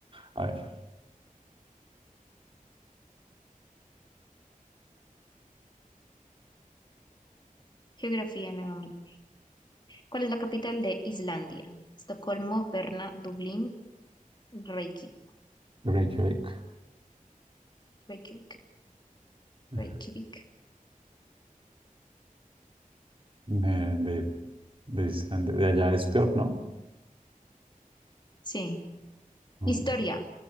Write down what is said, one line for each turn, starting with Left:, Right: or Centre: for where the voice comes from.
Right: a ver.
Left: Geografía nuevamente. ¿Cuál es la capital de Islandia? Estocolmo, Berna, Dublín, Reiki-
Right: Reykjavik.
Left: Reykjavik,
Right: Eh,
Left: Reykjavik.
Right: De, de de Islandia, de allá es peor, ¿no?
Left: Sí.
Right: Ah,
Left: Historia.